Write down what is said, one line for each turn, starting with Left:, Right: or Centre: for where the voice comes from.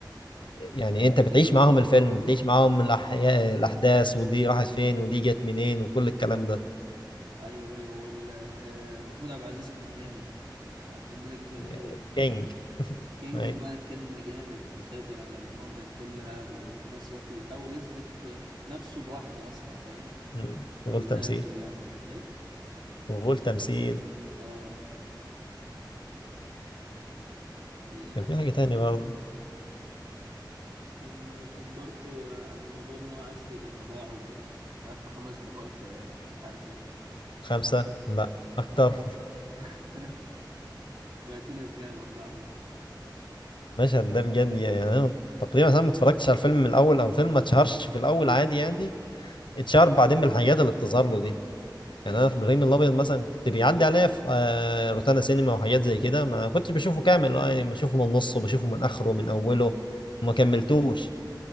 Left: يعني انت بتعيش معاهم الفيلم بتعيش معاهم الأحياء الاحداث ودي راحت فين ودي جت منين وكل الكلام ده
Right: ايوه ايوه وال... آه، محمود عبد العزيز كان جامد آه، عبد الملك زرزور
Left: يعني كينج
Right: كينج
Left: اي
Right: بمعنى الكلمة جامد مسيطر على المنطقة كلها وفي نفس الوقت بيحاول يثبت آه، نفسه لوحده أصلا فاهم
Left: مم.
Right: ويبدأ
Left: غول تمثيل
Right: يخرج عن الإيه؟
Left: غول تمثيل
Right: آه ال-
Left: كان في حاجه تانية برضه
Right: كان كان برضو آه، موضوع إن هو عشري لما باعه ب- مش عارف بخمس بواكي باين والله مش عارف إيه
Left: خمسه لا اكتر
Right: <laughs> بعتني بكام يا صاحبي
Left: المشهد ده بجد يعني انا تقريبا انا ما اتفرجتش على الفيلم من الاول او فيلم ما اتشهرش في الاول عادي يعني اتشهر بعدين بالحاجات اللي بتظهر له دي
Right: ايوه
Left: يعني انا في ابراهيم الابيض مثلا كنت بيعدي عليا في آه، روتانا سينما وحاجات زي كده ما كنتش بشوفه كامل اه يعني بشوفه من نصه بشوفه من اخره من اوله وما كملتوش